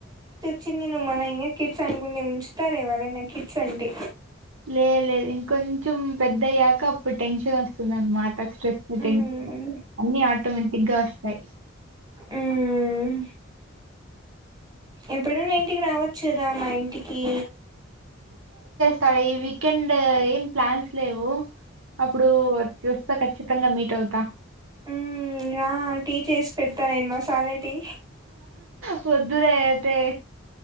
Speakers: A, on the right; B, on the right.
A: చింది నువ్వు మన ఇంకా కిడ్స్ అనుకుంని ఉంచుతారు ఎవరైనా కిట్స్ అంటే
B: లే లేదు ఇంకొంచెం పెద్దయ్యాక అప్పుడు టెన్షన్ వస్తుందిన్నమాట స్ట్రెస్ టెషన్
A: మ్మ్
B: అన్ని ఆటోమేటిక్గా వస్తాయి
A: మ్మ్ ఎప్పుడైనా ఇంటికి రావచ్చు కదా మా ఇంటికి
B: త ఈ వీకెండు ఏం ప్లాన్స్ లేవు అప్పుడూ చూస్తా ఖచ్చితంగా మీట్ అవుతా.
A: మ్మ్ ఆ టీ చేసి పెట్టావేం మాసాలె టీ
B: పద్దురతే